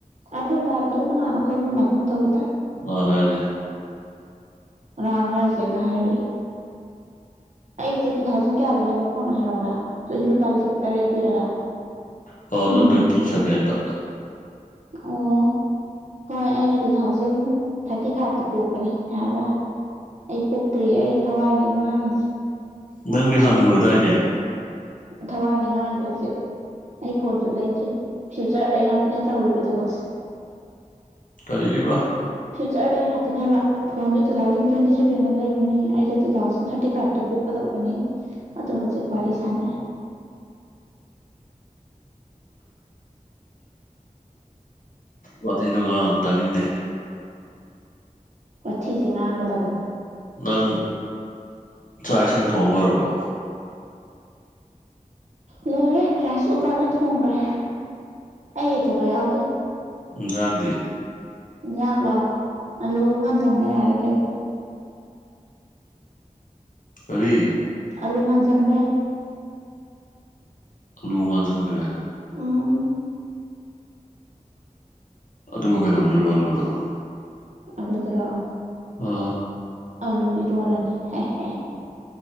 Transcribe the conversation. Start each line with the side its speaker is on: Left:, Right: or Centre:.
Right: ꯑꯥꯏ ꯐꯣꯟ ꯄꯥꯏꯕꯗꯨꯕꯨ ꯀꯅꯥꯥꯅꯣ ꯈꯪꯒꯨꯝ ꯂꯥꯀꯨꯝ ꯇꯧꯏꯗꯥ꯫
Left: ꯑꯅꯥꯏꯗꯦ꯫
Right: ꯀꯅꯥꯅꯣ ꯍꯥꯏꯖꯦ ꯀꯥ ꯍꯥꯏꯔꯤ꯫ ꯑꯩꯒꯤꯁꯦ ꯇꯨ ꯊꯥꯎꯖꯟ ꯀꯌꯥꯗ ꯂꯩꯕ ꯐꯣꯟ ꯍꯥꯏꯔꯛꯎꯔꯥ ꯑꯗꯨꯁꯨ ꯂꯨꯄꯥ ꯂꯤꯁꯤꯡ ꯇꯔꯦꯠ ꯄꯤꯔꯒ꯫
Left: ꯇꯨ ꯊꯥꯎꯖꯟ
Right: ꯎꯝ
Left: ꯇ꯭ꯋꯦꯟꯇꯤ ꯁꯚꯦꯟꯗ꯫
Right: ꯑꯣ ꯍꯣꯏ ꯑꯩꯅ ꯇꯨ ꯊꯥꯎꯖꯟ ꯊꯥꯔꯇꯤ ꯐꯥꯏꯚꯇ ꯄꯣꯛꯄꯅꯦ ꯌꯥꯔꯕ ꯑꯩ ꯄꯣꯛꯇ꯭ꯔꯤ ꯑꯩ ꯊꯋꯥꯏꯅꯤ ꯉꯥꯡꯉꯤꯁꯦ꯫
Left: ꯅꯪꯗꯤ ꯍꯟꯅꯨꯔꯗꯥꯏꯅꯦ꯫
Right: ꯊꯋꯥꯏꯅꯤ ꯉꯥꯡꯉꯤꯁꯦ ꯍꯧꯁꯤꯛ ꯑꯩ ꯐꯣꯟꯁꯨ ꯂꯩꯗ꯭ꯔꯤ ꯐ꯭ꯌꯨꯆꯔꯗꯩ ꯉꯥꯛꯇꯅꯦ ꯇꯧꯔꯤꯕ ꯊꯕꯛꯁꯦ꯫
Left: ꯀꯔꯤꯕ꯫
Right: ꯆ꯭ꯔꯗꯩ <unintelligible> ꯉꯥꯛꯇꯅꯦꯕ꯫ ꯐꯣꯟꯁꯨ ꯇꯨ ꯊꯥꯎꯖꯟ ꯇ꯭ꯋꯦꯟꯇꯤ ꯁꯚꯦꯟꯗ ꯂꯩ꯫ ꯕꯅꯤ ꯑꯩꯁꯨ ꯇꯨ ꯊꯥꯎꯖꯟ ꯊꯥꯔꯇꯤ ꯐꯥꯏꯚꯇ ꯄꯣꯛꯀꯗꯧꯕꯅꯤ ꯑꯗꯣ ꯍꯧꯖꯤꯛ ꯋꯥꯔꯤ ꯁꯥꯟꯅꯔꯦ꯫
Left: ꯋꯥꯊꯤꯗꯣ ꯉꯥꯡꯉꯅꯣ ꯇꯥꯅꯤꯡꯗꯦ꯫
Right: ꯋꯥꯊꯤꯁꯦ ꯉꯥꯡꯒꯗꯕꯅꯦ꯫
Left: ꯅꯪ ꯆꯥꯛ ꯏꯁꯤꯡ ꯊꯣꯡꯂꯣꯏꯔꯕꯣ꯫
Right: ꯂꯣꯏꯔꯦ ꯔꯥꯏꯁ ꯀꯨꯀꯔꯅ ꯊꯣꯡꯈ꯭ꯔꯦ ꯑꯩ ꯊꯕꯛ ꯌꯥꯎꯗꯦ꯫
Left: ꯉꯔꯥꯡꯗꯤ꯫
Right: ꯢꯟꯖꯥꯡꯂꯣ ꯑꯂꯨ ꯑꯃ ꯉꯥꯟꯖꯟꯒ꯭ꯔꯦ ꯌꯥꯔꯦ ꯀꯩꯅꯣ꯫
Left: ꯀꯔꯤ꯫
Right: ꯑꯥꯂꯨ ꯉꯥꯟꯖꯪꯈ꯭ꯔꯦ꯫
Left: ꯑꯂꯨꯉꯥꯟꯁꯟꯒ꯭ꯔꯦ꯫
Right: ꯎꯝ
Left: ꯑꯗꯨꯒ ꯀꯩꯗꯧꯗꯣꯏꯕ ꯑꯂꯨꯗꯣ꯫
Right: ꯑꯂꯨꯗꯨꯔꯣ꯫
Left: ꯑꯥ꯫
Right: ꯑꯜꯂꯨ ꯏꯔꯣꯜꯂꯅꯤ ꯍꯦꯍꯦꯍꯦ꯫